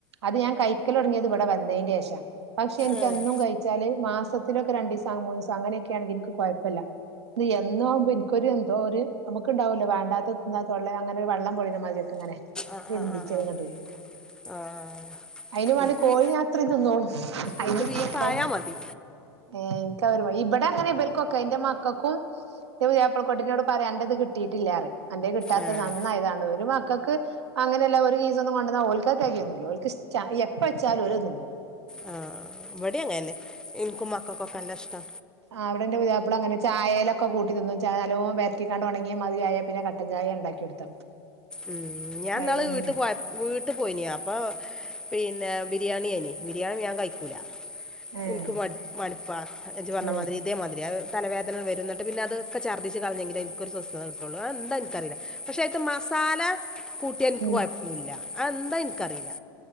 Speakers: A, on the right (about 85°); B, in the centre.
A: അത് ഞാൻ കഴിക്കലൊടങ്ങിയത് ഇവിടെ വന്നതിന്റെ ശേഷ പക്ഷെ
B: ഏഹ്
A: ഇത് എന്നും കഴിച്ചാല് മാസത്തിനൊക്കെ രണ്ടീസാ മൂന്നീസാ അങ്ങനെയൊക്കെയാണെങ്കി എനിക്ക് കുഴപ്പല്ല ഇത് എന്നുവാവുമ്പോ ഇൻക്കൊരു എന്തോ ഒരു നമുക്കുണ്ടാവൂലെ വേണ്ടാത്ത തിന്നാത്തൊള്ളെ അങ്ങനെ ഒരു വെള്ളം കൊഴഞ്ഞ മാതിരിയൊക് അങ്ങനെ
B: ആഹ്
A: ഒരുടുമ്പിച്ചൽ
B: ആഹ് ആഹ് ആഹ്
A: ഇങ്ങട് വരും
B: ആഹ്
A: അയിന് വേണ്ടി
B: ഇൻക്ക്
A: കോഴി
B: ബീ
A: ഞാനെത്രയും തിന്നോളുംഅയിനിപ്പോ
B: ഇൻക്ക് ബീഫായാ
A: കൊയ
B: മതി
A: ഏ എനിക്ക് അവരു ഇവിടെ അങ്ങനെ ഇബൽക്കൊക്കെ എന്റെ മക്കക്കും ന്റെ പുതിയാപ്പിള കുട്ടിനോട് പറയാ അന്റെത് കിട്ടിയിട്ടില്ലാറയും അന്റെ കിട്ടാത്ത
B: ആഹ്
A: നന്നായിയതാണ് ഒരു മക്കക്ക് അങ്ങനെല്ല ഒരു കീസൊന്നും കൊണ്ടെന്ന ഓൽക്കത് തെകയൊന്നുല്ല ഓൽക്ക് ഇഷ്ട ഈ എപ്പ വെച്ചാലും ഓലത് തിന്നോളും
B: ആ ഇവടീം അങ്ങനെന്നെ ഇനിക്കും മക്കക്കൊക്കെ നല്ലഷ്ടാ
A: ആ അവിടെന്റെ പുതിയാപ്പിള അങ്ങനെ ഛായേലൊ ക്കൊ കൂട്ടി തിന്നും ഛായ നല്ലോണം വരറ്റിക്കാണ്ട് ഒണങ്ങി മാതിരി ആയ പിന്നെ കട്ടൻ ഛായ ഉണ്ടാക്കിയെടുത്ത മതി
B: ഉം ഞാൻ
A: ഭയങ്കര
B: ന്നാള് വീട്ടിപോയ വീട്ട് പോയിനി ഞാൻ അപ്പൊ പിന്നെ ബിരിയാണി ആയിനി ബിരിയാണി ഞാൻ കഴിക്കൂല
A: ഏഹ്
B: ഇനിക്ക് മട് മടുപ്പാ എജ്ജ് പറഞ്ഞ
A: ആഹ്
B: മാതിരി ഇതേ മാതിരി തലവേദന വരും ന്നിട്ട് പിന്നെ അതൊക്കെ ഛർദിച്ച് കളഞ്ഞെങ്കിലേ എനിക്കൊരു സ്വസ്ഥതകിട്ടൂള്ളൂ അത് എന്താ എനിക്കറില്ല പക്ഷെ അയിത്തെ മസാല കൂട്ടിയ എനിക്ക്
A: ഉം
B: കൊഴപ്പൂല്ല അത് എന്താ ഇൻക്കറീല്ല